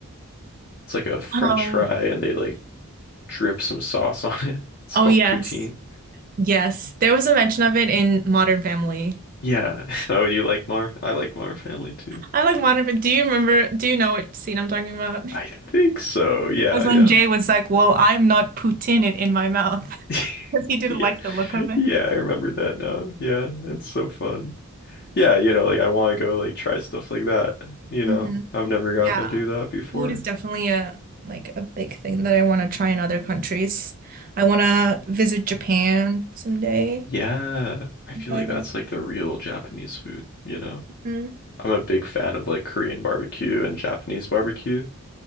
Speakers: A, on the left; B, on the right.
A: It's like a French
B: Um,
A: fry and they like drip some sauce <laughs> on it. It's called
B: oh yes.
A: poutine.
B: Yes. There was a mention of it in Modern Family.
A: Yeah. <laughs> Oh, you like Mar? I like Mar Family too.
B: I like Modern Family. Do you remember, do you know what scene I'm talking about?
A: I
B: <laughs>
A: think so. Yeah,
B: That was when
A: yeah.
B: Jay was like, "Well, I'm not putting it in my mouth,"
A: <laughs>
B: <laughs> because he didn't
A: Yeah.
B: like the look of it.
A: Yeah, I remember that now. Yeah, it's so fun. Yeah, you know, like I want to go like try stuff like that, you know.
B: hmm
A: I've never gotten
B: Yeah.
A: to do that before.
B: Food is definitely a like a big thing that I want to try in other countries. I want to visit Japan someday
A: Yeah, I feel
B: and try
A: like
B: their
A: that's like the real Japanese food, you know.
B: Mhm.
A: I'm a big fan of like Korean barbecue and Japanese barbecue,